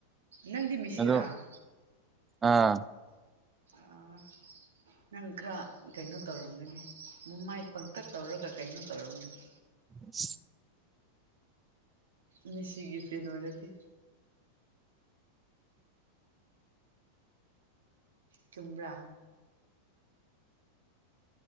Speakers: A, on the right; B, on the right.
A: ꯅꯪꯗꯤ ꯃꯦꯁꯤꯔꯥ
B: ꯑꯗꯣ ꯑꯥ
A: ꯑꯥ ꯅꯪ ꯈꯔ ꯀꯩꯅꯣ ꯇꯧꯔꯝꯒꯅꯤ ꯃꯃꯥꯏ ꯄꯪꯇꯛ ꯇꯧꯔꯒ ꯀꯩꯅꯣ ꯇꯧꯔꯝꯒꯅꯤ
B: <inaudible>
A: ꯃ ꯦꯁꯤꯒꯤ ꯐꯦꯟ ꯑꯣꯏꯔꯗꯤ ꯆꯨꯝꯕ꯭ꯔ